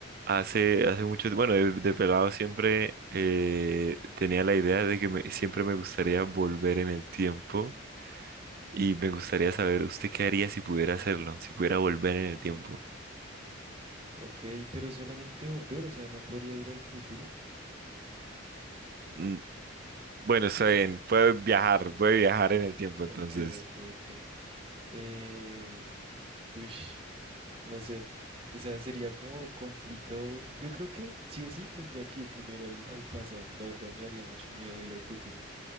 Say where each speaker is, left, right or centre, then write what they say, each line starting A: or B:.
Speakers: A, on the right; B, on the right.
A: Hace, hace mucho, bueno, de, de pelado siempre eh, tenía la idea de que me- siempre me gustaría volver en el tiempo y me gustaría saber, ¿usted qué haría si pudiera hacerlo? Si pudiera volver en el tiempo.
B: Ok, pero solamente volver, o sea, no podría ir al futuro.
A: Mm, Bueno, está bien, puede viajar, puede viajar en el tiempo,
B: Ok,
A: entonces.
B: ok, ok. Eh, uish, no sé. O sea, sería como complicado. Yo creo que sí o sí tendría que ir primero al, al pasado. La verdad me daría mucho miedo ir al futuro.